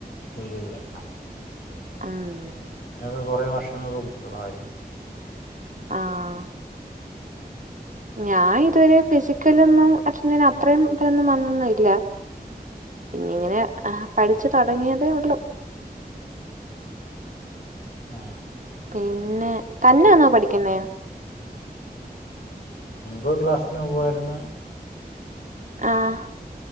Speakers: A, on the left; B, on the right.
A: ഇല്ലില്ല
B: ആഹ്
A: ഇതൊക്കെ കൊറേ വർഷങ്ങൾക്ക് മുമ്പുള്ള കാര്യങ്ങളാ
B: ആഹ് ഞാൻ ഇതുവരെ ഫിസിക്കലൊന്നും അറ്റന്റ് ചെയ്യാൻ അത്രേം ഫലൊന്നും വന്നൊന്നും ഇല്ല പിന്നെ ഇങ്ങനെ ഏഹ് പഠിച്ചച്ച് തൊടങ്ങിയതേ ഒള്ളൂ
A: ആഹ്
B: പിന്നെ തന്നാണോ പഠിക്കുന്നേ
A: മുൻപ് ക്ലാസ്സ്ന് പോവായിരുന്ന
B: ആഹ്